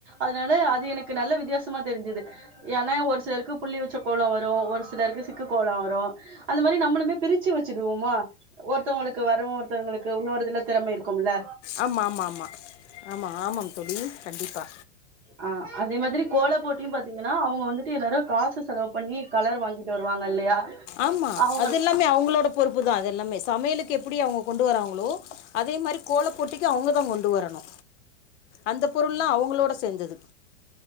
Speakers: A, on the right (about 30°); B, on the left (about 65°).
A: அதனால அது எனக்கு நல்ல வித்தியாசமா தெரிஞ்சது எனா ஒரு சிலருக்கு புள்ளி வெச்ச கோலோ வரு ஒரு சிலருக்கு சிக்கு கோலோ வரு அந்த மாரி நம்மளுமே பிரிச்சி வச்சிடுவோமா ஒருத்தவுங்களுக்கு வரு ஒருத்தவுங்களுக்கு இன்னொருத் தில திறமை இருக்குமுல்ல
B: ஆமா ஆமா ஆமா ஆமா ஆமாம் தோழி கண்டிப்பா
A: ஆ அதே மாதிரி கோலப் போட்டியும் பாத்தீங்கனா அவுங்க வந்துட்டு எல்லாரு காசு செலவுப் பண்ணி கலர் வாங்கிட்டு வருவாங்க இல்லையா
B: ஆமா
A: அவங்க
B: அது எல்லாமே அவுங்களோடப் பொறுப்புதா அது எல்லாமே சமையலுக் க்கு எப்டி அவுங்க கொண்டு வராங்ளோ அதே மாரி கோலப் போட்டிக்கு அவுங்கதா கொண்டு வரணு அந்தப் பொருள்லா அவுங்ளோட செஞ்சது